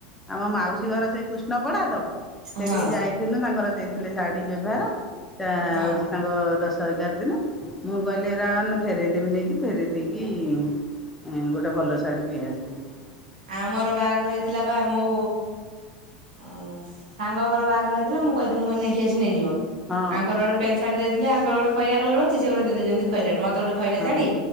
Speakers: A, in the centre; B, on the right (about 60°).
A: ଆମ ମାଉସୀ ଘର ସେ କୃଷ୍ଣପଡ଼ା ତ ସେଠିକି
B: ହଁ
A: ଯାଇଥିଲୁ ତାଙ୍କର ଦେଇଥିଲେ ଶାଢ଼ୀ ବ୍ୟବହାର
B: ହଁ
A: ହଉଛି ତାଙ୍କ ଦଶ ଶହ ଏଗାର ଦିନ ମୁଁ କହିଲି ଏରା ଫେରଇଦବି ନେଇକି ଫେରଇ ଦେଇକି ଉଁ ଗୋଟେ ଭଲ ଶାଢ଼ୀ ନେଇ ଆସିଥିଲି ।
B: ଆମର ବାହାଘର ହେଇଥିଲା ବା ବା ମଉ ଓ ସାଙ୍ଗ ଘର ବାହାଘର ହେଇଥିଲା ମୁଁ କହିଥିଲି ମୁ ଏଠି ଆସି ନେଇଯିବ
A: ହଁ
B: ଆଙ୍କର ଗୋଟେ ପ୍ୟାଣ୍ଟ୍ ସାର୍ଟ ଦେଇଥିଲେ ୟାଙ୍କର ଗୋଟେ ଖଇରିଆ କଲର୍ ଅଛି ସେ ଗୋଟ ଦେଇଛନ୍ତି ମତେ ଗୋଟେ ଖଇରିଆ
A: ହଁ
B: ଶାଢ଼ୀ